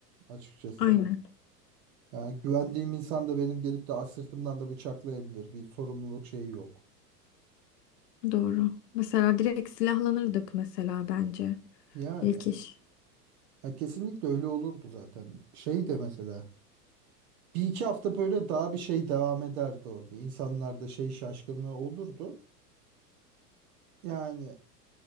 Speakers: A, on the right (about 60°); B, on the left (about 75°).
A: açıkçası.
B: aynen.
A: Yani güvendiğim insan da benim gelip de as- sırtımdan da bıçaklayabilir. Bir sorumluluk şeyi yok.
B: Doğru. Mesela direkt silahlanırdık mesela bence.
A: Yani
B: İlk iş.
A: ya kesinlikle öyle olurdu zaten. Şey de mesela Bir iki hafta böyle daha bir şey devam ederdi orada. İnsanlarda şey şaşkınlığı olurdu. Yani